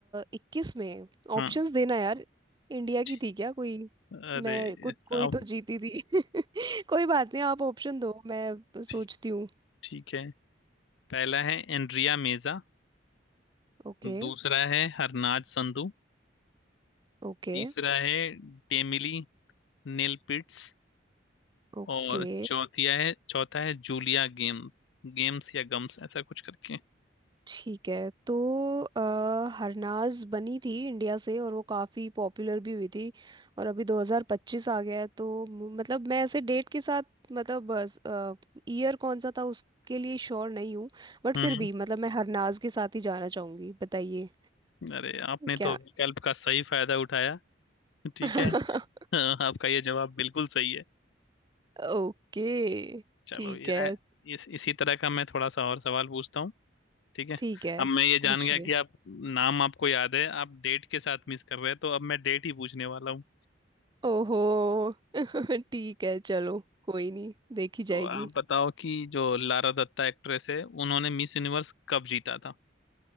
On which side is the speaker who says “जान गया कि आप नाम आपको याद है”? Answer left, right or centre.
Left